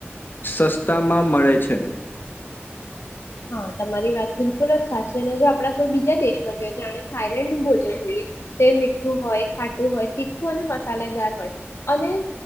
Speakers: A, on the left; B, on the left.
A: અ સસ્તામાં મળે છે.
B: હા તમારી વાત બિલકુલ જ સાચી ને જો આપડા કોઈ બીજા દેશમાં જોઈ જાણે થાઈલેન્ડ નું ભોજન જોઈએ તો મીઠું હોય ખાટું હોય તીખું અને મસ સાલેદાર હોય અને